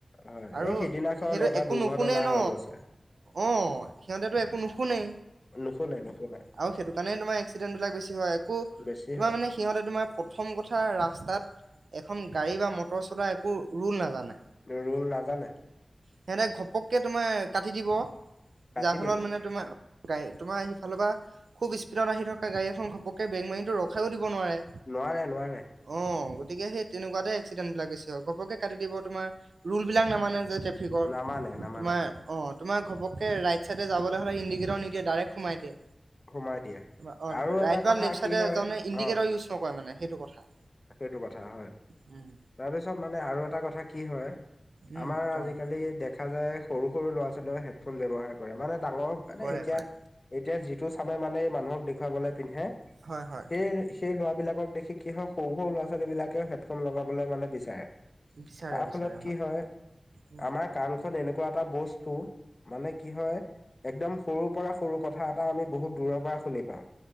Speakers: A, on the left; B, on the right.
A: হয়
B: আৰু
A: এই সিদিনাখন
B: সেইটো
A: এটা
B: একো
A: দুৰ্ঘটনা
B: নুশুনে ন
A: হৈ গৈছে।
B: অ, সিহতেতো একো নু শুনে।
A: নোশুনে‌ - নোশুনে।
B: আৰু সেইটো কাৰণে তোমাৰ এক্সিডেণ্ট বিলাক বেছি হয় আকো।
A: বেছি
B: তোমাৰ
A: হয়
B: মানে সিহতে তোমাৰ প্ৰথম কথা ৰাস্তাত এখন গাড়ী বা মটৰ চলোৱা একো ৰোল নাজানে।
A: ৰল নাজানে।
B: সিহতে ঘপককে তোমাৰ কাটি দিব।
A: কাটি
B: যাৰ ফলত
A: দিব।
B: মানে তোমাৰ গাড়ি তোমাৰ সিফালৰ পৰা খুব স্পীডত আহি থকা গাড়ীখন ঘপককে ব্ৰেগ মাৰি টো ৰখাইও দিব নোৱাৰে
A: নোৱাৰে নোৱাৰে
B: অ, গতিকে সেই তেনেকুৱাতে এক্সিডেণ্ট বিলাক বেছি হয় ঘপককে কাটি দিব তোমাৰ ৰুল বিলাক নামানে যে। ট্ৰেফিকৰ
A: নামানে নামানে
B: তোমাৰ অ, তোমৰ ঘপককে ৰাইট চাইডে যাবলৈ হলে ইণ্ডিকেটৰ সিনিকি ডাইৰেক সোমাই দিয়ে।
A: সোমাই দিয়ে।
B: অ,
A: আৰু এটা
B: ৰাইট বা
A: কথা
B: লেফট চাইডে
A: কি হয়
B: তাৰমানে ইণ্ডিকেটৰ
A: অ
B: ইউজ নকৰে মানে সেইটো কথা।
A: সেইটো কথা হয়
B: উম,
A: তাৰপিছত মানে আৰু এটা কথা কি হয়?
B: উম
A: আমাৰ
B: কৰা।
A: আজিকালি দেখা যায় সৰু - সৰু ল'ৰা ছোৱালীয়ে হেডফোন ব্যৱহাৰ কৰে। মানে ডাঙৰ মানে
B: কৰে
A: এতিয়া
B: কৰে
A: এতিয়া যিটো চামে মানে মানুহক দেখুৱাবলে পিন্ধে
B: হয় হয়
A: সেই - সেই ল'ৰাবিলাক ক দেখি কি হয় সৰু - সৰু ল'ৰা ছোৱালী বিলাকেও হেডফোন লগাবলৈ মানে বিচাৰে
B: বিচাৰে
A: তাৰ
B: বিচাৰে
A: ফলত কি হয়
B: উম।
A: আমাৰ কাণ খন এনেকুৱা এটা বস্তু মানে কি হয় একদম সৰুৰ পৰা সৰু কথা এটা আমি বহুত দূৰৰ পৰা শুনি পাও।